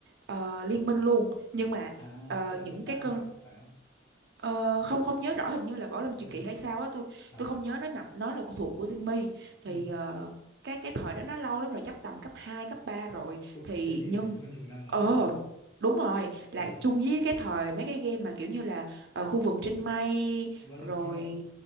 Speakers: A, on the right (about 60°); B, on the left (about 15°).
A: ờ, Liên Minh luôn nhưng mà
B: à
A: ờ,
B: hay là
A: những
B: Dota
A: cái cơn
B: nhỉ phải không
A: ờ, không không nhớ rõ hình như là Võ Lâm Truyền
B: không nhớ
A: Kỳ hay sao á tôi
B: à
A: tôi không nhớ nó nằm nó là thuộc của Jinmi thì
B: ừ
A: ờ, cái cái thời đó nó lâu lắm rồi chắc tầm cấp 2 cấp 3 rồi
B: Ui,
A: thì
B: thế thì
A: nhân
B: phải hơn chục năm
A: Ờ
B: rồi.
A: đúng rồi là
B: Ừ.
A: chung với cái thời mấy cái game mà kiểu như là ờ, khu vườn trên mây
B: Võ Lâm
A: rồi
B: Chi Mộng.